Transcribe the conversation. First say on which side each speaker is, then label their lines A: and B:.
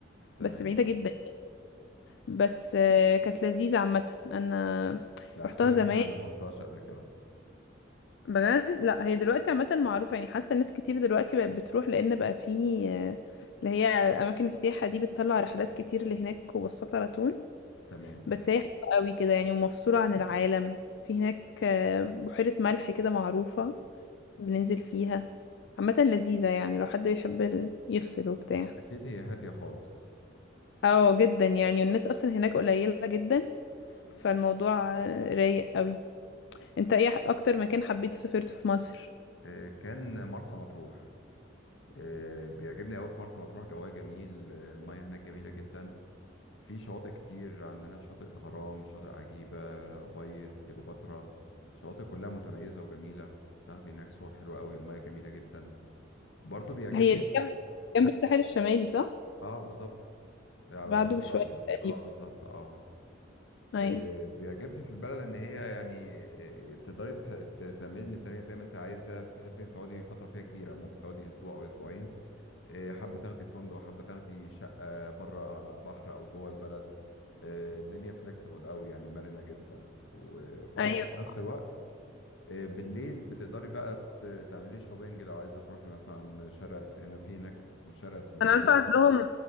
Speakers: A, on the left; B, on the left.
A: تمام
B: بس بعيدة جدا بس آه، كانت لذيذة عامة انا
A: لا
B: رحتها
A: احكي لي
B: زمان
A: عنها أنا ما رحتهاش قبل كده
B: بجد لا هي دلوقتي عامة معروفة يعني حاسة ناس كتير دلوقتي بقت بتروح لأن بقى في آه، اللي هي أماكن السياحة دي بتطلع رحلات كتير لهناك وبسطة على طول
A: تمام
B: بس هي حلوة قوي كده يعني ومفصولة عن العالم في هناك آه، بحيرة ملح كده معروفة بننزل فيها عامة لذيذة يعني لو حد بيحب ال- يفصل وبتاع
A: أكيد هي هادية خالص
B: اه جدا يعني والناس أصلا هناك قليلة جدا فالموضوع آه، رايق قوي انت ايه أكتر مكان حبيت سافرته في مصر؟
A: آه، كان مرسى مطروح آه، بيعجبني أوي في مرسى مطروح جواها جميل آه، المياه هناك جميلة جدا في شواطئ كتير عندنا شاطئ الغرام شاطئ عجيبة أبيض كيلوباترا شواطئ كلها متميزة وجميلة تاخدي هناك صور حلوة أوي المياه جميلة جدا برضو بيعجبني
B: هي دي جنب جنب الساحل الشمالي صح؟
A: اه بالظبط على
B: بعده
A: البحر
B: بشوية
A: الابيض
B: تقريبا
A: اه بالظبط اه
B: أيوة
A: إيه بيعجبني في البلد ان هي يعني إيه تقدري ت- ت- تعملي الميزانيه زي ما انت عايزه بحيث ان انت تقعدي فتره فيها كبيره ممكن تقعدي اسبوع او اسبوعين إيه حابه تاخدي فندق حابه تاخدي شقه بره على البحر او جوه البلد إيه الدنيا فليكسيبل قوي يعني مرنه جدا وبرضه
B: أيوة
A: في نفس الوقت إيه بالليل بتقدري بقى ت- تعملي شوبينج لو عايزه تروحي مثلا شارع اس- هنا في هناك اسمه شارع اسكندريه
B: أنا عارفة عندهم